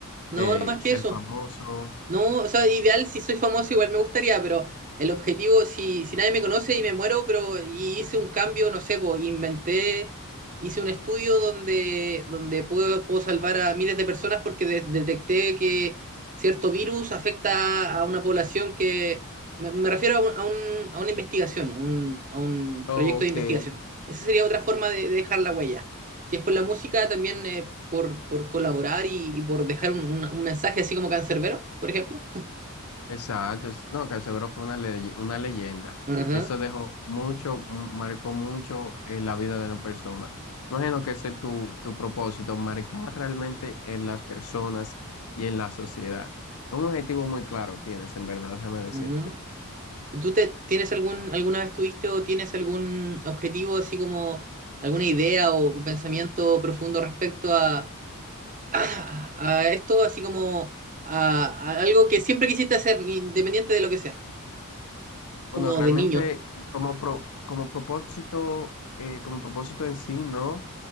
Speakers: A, on the right; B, on the left.
A: No,
B: eh,
A: no más
B: ser
A: que eso.
B: famoso?
A: No, o sea, ideal, si soy famoso igual me gustaría, pero el objetivo, si, si nadie me conoce y me muero, pero y hice un cambio, no sé, pues inventé, hice un estudio donde, donde puedo, puedo salvar a miles de personas porque de- detecté que cierto virus afecta a una población que, me, me refiero a, un- a, un- a una investigación, un- a un
B: Oh,
A: proyecto
B: ok.
A: de investigación. Esa sería otra forma de, de dejar la huella. Si es por la música, también eh, por, por colaborar y, y por dejar un, un un mensaje así como cancerbero, por ejemplo.
B: Exacto, es- no, Canserbero fue una, leye- una leyenda.
A: Ajá,
B: Eso dejó mucho, m- marcó mucho en la vida de la persona. Imagino que ese es tu, tu propósito, marcar realmente en las personas y en la sociedad. Un objetivo muy claro tienes, en verdad, déjame decirte.
A: ajá. ¿Y tú te, tienes algún, alguna vez tuviste o tienes algún objetivo, así como alguna idea o pensamiento profundo respecto a, <clears throat> a, a esto, así como a, a algo que siempre quisiste hacer, independiente de lo que sea, como
B: Bueno, realmente
A: de niño?
B: como, pro- como propósito, eh, como propósito en sí, ¿no?